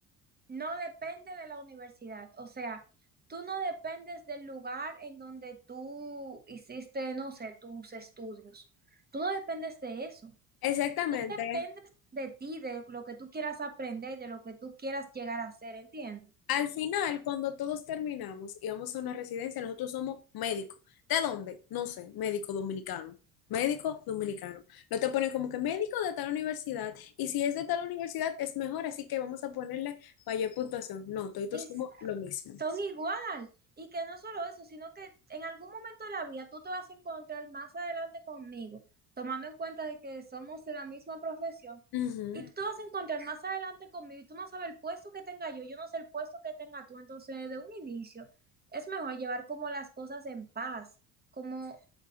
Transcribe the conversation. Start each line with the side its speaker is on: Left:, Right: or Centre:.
Right: no depende de la universidad, o sea, tú no dependes del lugar en donde tú hiciste, no sé, tus estudios. Tú no dependes de eso.
Left: Exactamente.
Right: tú dependes de ti, de lo que tú quieras aprender, de lo que tú quieras llegar a ser, ¿entiendes?
Left: Al final, cuando todos terminamos y vamos a una residencia, nosotros somos médicos. ¿De dónde? No sé, médico dominicano. Médico dominicano. No te ponen como que médico de tal universidad. Y si es de tal universidad, es mejor, así que vamos a ponerle mayor puntuación. No, todos
Right: Y
Left: somos lo mismo.
Right: son igual. Y que no solo eso, sino que en algún momento de la vida tú te vas a encontrar más adelante conmigo, tomando en cuenta de que somos de la misma profesión.
Left: Ujú.
Right: Y tú te vas a encontrar más adelante conmigo y tú no sabes el puesto que tenga yo, yo no sé el puesto que tenga tú. Entonces, de un inicio, es mejor llevar como las cosas en paz, como